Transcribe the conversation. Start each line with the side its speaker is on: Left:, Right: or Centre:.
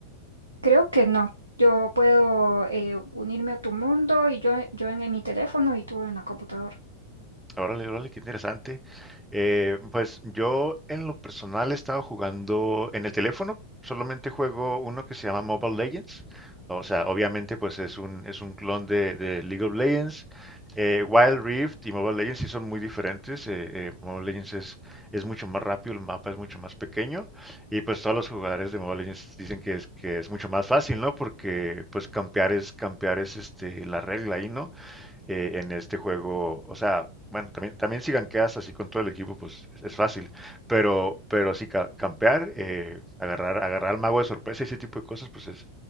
Right: Creo que no. Yo puedo eh, unirme a tu mundo y yo, yo en mi teléfono y tú en la computadora.
Centre: Órale, órale, qué interesante. Eh, pues yo en lo personal he estado jugando en el teléfono, solamente juego uno que se llama Mobile Legends. O sea, obviamente pues es un, es un clon de, de League of Legends. Eh, Wild Rift y Mobile Legends sí son muy diferentes. eh, eh, Mobile Legends es, es mucho más rápido, el mapa es mucho más pequeño. Y pues todos los jugadores de Mobile Legends dicen que es, que es mucho más fácil, ¿no? Porque pues campear es, campear es este, la regla ahí, ¿no? eh, en este juego. O sea, bueno, también, también si ganqueas así con todo el equipo, pues es, es fácil. Pero, pero sí, ca- campear, eh, agarrar, agarrar al mago de sorpresa y ese tipo de cosas, pues es,